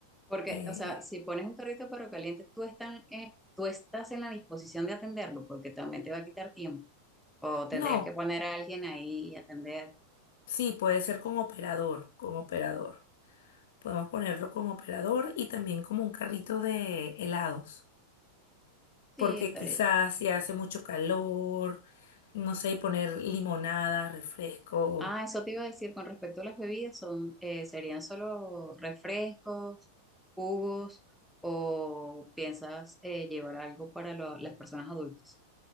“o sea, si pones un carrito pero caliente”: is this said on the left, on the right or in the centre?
Centre